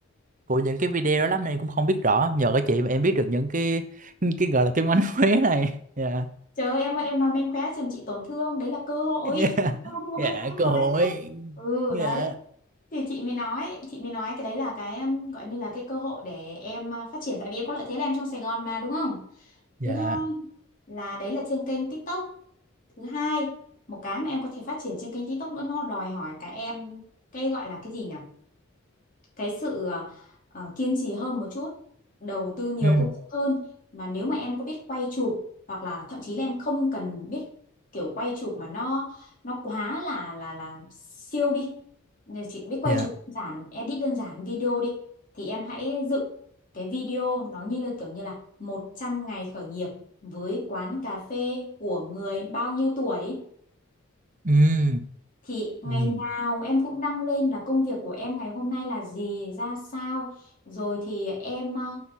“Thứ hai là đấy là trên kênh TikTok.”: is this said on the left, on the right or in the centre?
Left